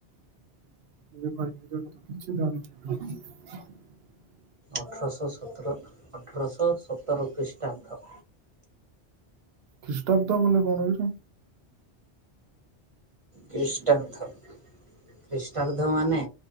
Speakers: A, on the right; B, on the right.
A: ମୁଁ ପାଇକ ବିଦ୍ରୋହଫିଦ୍ରୋହ କିଛି ଜାଣିନି।
B: ଅଠରଶ ସତ୍ରକ ଅଠରଶ ସତର ଖ୍ରୀଷ୍ଟାଦ।
A: ଖ୍ରୀଷ୍ଟାବ୍ଦ ବଲେ କଣ‌ଏଇଟା?
B: ଖ୍ରୀଷ୍ଟାଦ୍ଧ ଖ୍ରୀଷ୍ଟାଦ୍ଧ ମାନେ